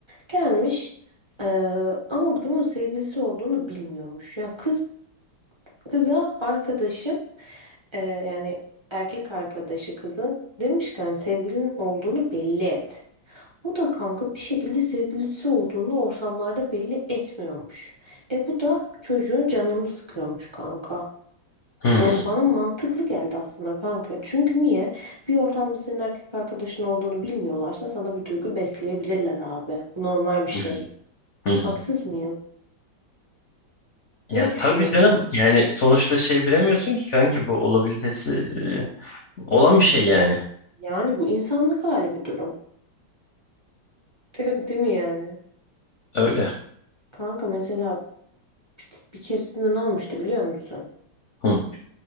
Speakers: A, on the right; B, on the left.
A: Gelmiş Eee, ama bunun sevgilisi olduğunu bilmiyormuş. Ya kız kıza arkadaşım eee, yani erkek arkadaşı kızın demiş ki hani sevgilinin olduğunu belli et. Bu da kanka bir şekilde sevgilisi olduğunu ortamlarda belli etmiyormuş. E bu da çocuğun canını sıkıyormuş kanka.
B: Hı
A: Yani bana mantıklı geldi aslında kanka. Çünkü niye? Bir ortamda senin erkek arkadaşın olduğunu bilmiyorlarsa sana bir duygu besleyebilirler abi. Bu normal bir şey.
B: hı. Hı hı.
A: Haksız mıyım? Ne
B: Ya
A: düşünüyorsun?
B: tabii canım yani sonuçta şey bilemiyorsun ki kanki bu olabilitesi e, olan bir şey yani.
A: Yani bu insanlık hali bir durum. <laughs> Değil değil mi yani?
B: Öyle.
A: Kanka mesela bir, bir keresinde ne olmuştu biliyor musun?
B: Hı